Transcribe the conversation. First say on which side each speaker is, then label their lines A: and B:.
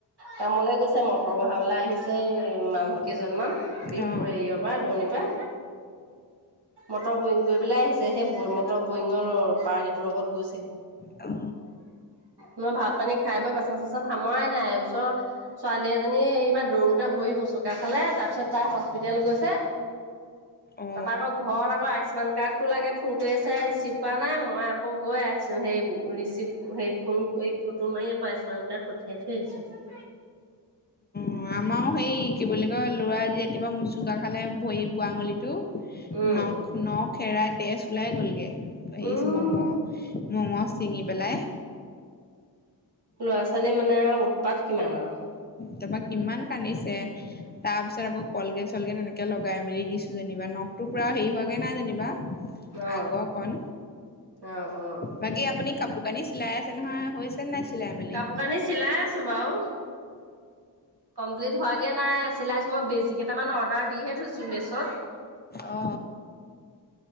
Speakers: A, on the right (about 65°); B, on the left (about 25°).
A: কামলৈ গৈছে মটৰ বহাবলৈ আহিছে মানুহ কেইজনমান বিহু
B: অ
A: হেৰিয়ৰ পৰা দৰণিৰ পৰা। মটৰ বয়িং কৰি পেলাই আহিছে সেই মটৰ বয়িঙৰ পাৰটিটোৰ লগত গৈছে।
B: অ।
A: মই ভাত। পানী খাই বৈ বাচন চাচন সামৰাই নাই ওচৰ ছোৱালী এজনী এইব পৰা দৌৰোতে ভৰি মচকা খালে। এ তাৰপিছত তাৰ হস্পিতেল গৈছে।
B: অ
A: তাৰপৰা আকৌ ঘৰত আকৌ আয়ুস্মান কাৰ্ড টো লাগে ফোন কৰি আছে ৰিচিভ কৰা নাই মই আকৌ গৈ আছো হেৰিব। ৰিচিভ সেই ফোন। তোৰ মাৰ আকৌ আয়ুস্মান কাৰ্ড পঠিয়াই থৈ আহিছো।
B: অ আমাৰো সেই কি বুলি কয় ল'ৰাজি ৰাতিপুৱা মোচুকা খালে ভৰি বোৱা আঙলীটো।
A: উম,
B: নখ নখেৰাই তেজ ওলাই গ'লগে
A: উম,
B: এই মম। মঙ ছিঙি পেলাই
A: ল'ৰা ছোৱালী মানে উৎপাত কিমান আৰু।
B: তাৰাপা কিমান কান্দিছে। তাৰ পিছত আকৌ কলগেট চলগেট এনেকে লগাই মেলি দিছো যেনিবা নখ পোৰা হৰি হোৱাগে নাই যেনিব বা
A: অ',
B: আগৰ কন
A: অ', অ',
B: বাকী আপুনি কাপোৰ-কানি চিলাই আছে নহয়, হৈছে নাই। চিলাই মেলি
A: কাপোৰ-কানি চিলাই আছো বাৰু। কমপ্লিট হোৱাগে নাই চিলাইছো মই বেজি কেইটামান অৰ্ডাৰ দিহে থৈছো মেচত।
B: অ অ',